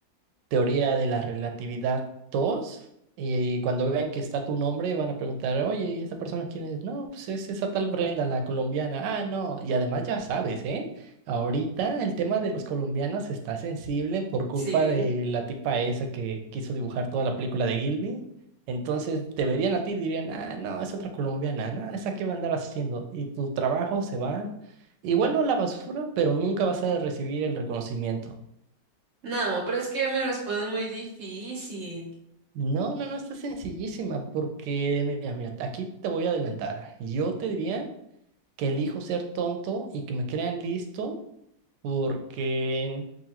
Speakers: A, on the right; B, on the right.
A: teoría de la relatividad 2 y cuando vean que está tu nombre van a preguntar, oye, ¿y esta persona quién es? No, pues es esa tal Brenda, la colombiana. Ah, no, y además ya sabes, ¿eh? Ahorita el tema de los colombianos está sensible por culpa
B: sí.
A: de la tipa esa que quiso dibujar toda la película de Gilby. Entonces te verían a ti y dirían, ah, no, es otra colombiana, no, esa qué va a andar haciendo. Y tu trabajo se va, igual no a la basura, pero nunca vas a recibir el reconocimiento.
B: No, pero es que me las pones muy difícil.
A: No, no, no, está sencillísima porque, mira, mira, aquí te voy a adelantar. Yo te diría que elijo ser tonto y que me crean listo porque